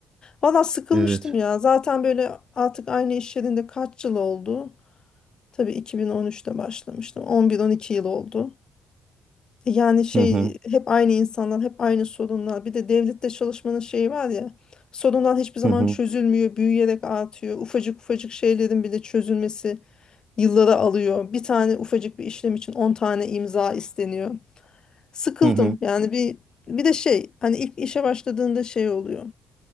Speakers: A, on the left; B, on the right.
A: valla sıkılmıştım
B: Evet.
A: ya zaten böyle artık aynı iş yerinde kaç yıl oldu tabii 2013'te başlamıştım 11-12 yıl oldu Yani şey
B: Hı hı.
A: hep aynı insanlar, hep aynı sorunlar. Bir de devlette çalışmanın şeyi var ya. Sorunlar hiçbir zaman
B: Hı hı.
A: çözülmüyor, büyüyerek artıyor. Ufacık ufacık şeylerin bile çözülmesi yılları alıyor. Bir tane ufacık bir işlem için 10 tane imza isteniyor. Sıkıldım.
B: Hı hı.
A: Yani bir bir de şey hani ilk işe başladığında şey oluyor.